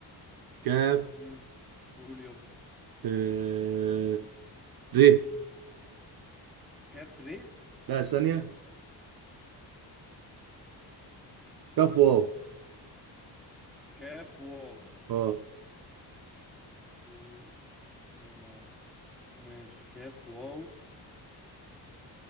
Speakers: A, on the right (about 60°); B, in the centre.
A: كاف
B: مم. قول يلا
A: آه ر
B: كاف ر
A: لا ثانية كف واو
B: كاف واو
A: اه
B: و... ثانية أنا ماشي كاف واو